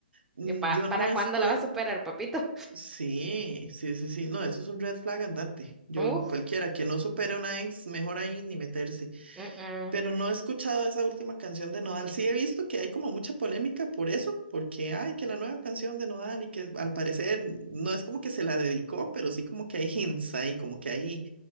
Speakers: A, on the right; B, in the centre.
A: mm,
B: Eh, pa-
A: yo
B: ¿para
A: no estoy,
B: cuándo la va a superar, papito?
A: sí, sí, sí, sí, no, eso es un red flag andante. Yo,
B: Uf.
A: cualquiera que no supere a una ex, mejor ahí ni meterse.
B: mm, mm.
A: Pero no he escuchado esa última canción de Nodal. Sí he visto que hay como mucha polémica por eso, porque ay, que la nueva canción de Nodal y que al parecer no es como que se la dedicó, pero sí como que hay hints ahí, como que hay